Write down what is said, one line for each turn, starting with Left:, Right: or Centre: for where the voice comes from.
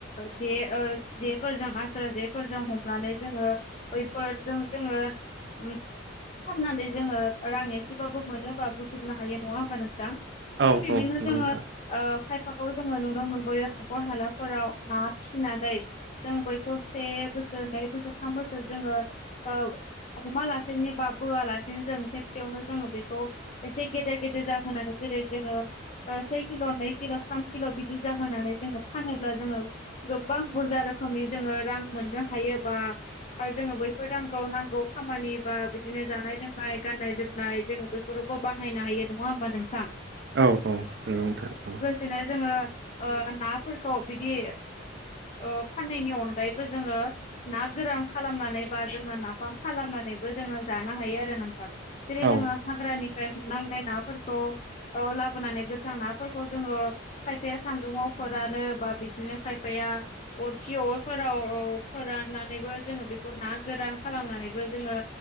Left: जे जेफोरजों आस्रा जे फोरजों हमनानै जोङो बैफोरजों जोङो उम सारनानै जोङो रां एसेबाबो मोनोबाबो जुमनो हायो नङा होमबा नोंथां थि
Right: औ
Left: बिदिनो
Right: औ नंगौ
Left: जोङो
Right: नोंथां
Left: ओ खायफाखौ जोङो नुनो मोनबोयो हाखर हालाफोराव ना खिनानै जों बैखौ से बोसोर नै बोसोर थाम बोसोर जोङो ओ हमालासेनो बा बोआलासेनो जों खेबसेयावनो जोङो बेखौ एसे गेदेर गेदेर जाहोनानै जेरै जोङो से किल' नै किल' थाम किल' बिदि जाहोनानै जोङो फानोब्ला जोङो गोबां बुरजा रोखोमनि जोङो रां मोननो हायोबा बा जोङो बै नांगौ नांगौ खामानि बा बिदिनो जानाय लोंनाय गाननाय जोमनाय जोङो बो बेवबो बाहायनो हायो नङा होमबा नोंथां?
Right: औ औ नंगथार औ।
Left: जोङो ओ-नाफोरखौ बिदि ओ-फाननायनि अनगायै जोङो ना गोरान खालामनानै बा जोङो नाफाम खालामनानैबो जोङो जानो हायो आरो नोंथां। जेरै
Right: औ
Left: जोङो हाग्रानिफ्राय हमना मोननाय नाफोरखौ। औ लाबोनानै गोथां नाफोरखौ जोङो। खायफाया सान्दुङाव फोरानो बा बिदिनो खायफाया अरखि अरफोर राव औ फोराननानैबो जोङो बेखौ ना गोरान खालामनानैबो जोङो